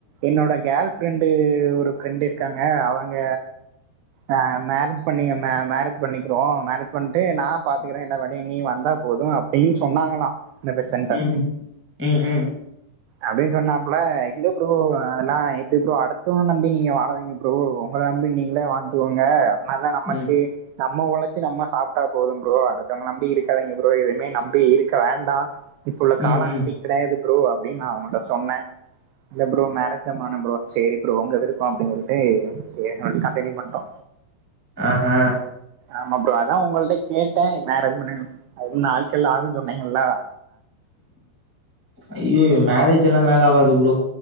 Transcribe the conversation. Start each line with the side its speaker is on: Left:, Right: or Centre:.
Right: என்னோட கேல் ஃப்ரெண்டு ஒரு ஃப்ரெண்டு் இருக்காங்க அவங்க ஆ மேரேஜ் பண்ணீங்க மே மேரேஜ் பண்ணிக்கிறோ மேரேஜ் பண்ட்டு நா பாத்துக்குறே எல்லா வேலையு நீ வந்தா போது அப்டின் சொன்னாங்களா இந்த பெஸ் சென்ட
Centre: ம் ம் ம்
Right: அப்டின் சொன்னாப்புல இல்ல ப்ரோ அ அதெல்லா இப்படி ப்ரோ அடுத்தவங்க நம்பி நீங்க வாழாதீங்க ப்ரோ உங்கள நம்பி நீங்களே வாழ்ந்துக்கோங்க என்ன தா நமக்கு
Centre: ம்
Right: நம்ம உழச்சு நம்ம சாப்ட்டா போதும் ப்ரோ அடுத்தங் நம்பி இருக்காதீங்க ப்ரோ எதுமே நம் பி இருக்க வேண்டா இப்ப உள்ள கால
Centre: ம் ம்
Right: அப்படி கிடையாது ப்ரோ அப்படின் நா அவங்கள்ட்ட சொன்னே இல்ல ப்ரோ மேரேஜ் தா பண்ணும் ப்ரோ சேரி ப்ரோ உங்க விருப்போ அப்டின் சொல்ட்டு சேரின் கண்டியூ பண்ட்டோ
Centre: ஆ ஆ
Right: ஆமா ப்ரோ அதா உங்கள்ட்ட கேட்டே மேரேஜ் பண்ண அது நாட்கள் ஆகுன் சொன்னீங்கல்லா
Centre: ஐயோயோ மேரேஜ் எல்லா மேல ஆவாது ப்ரோ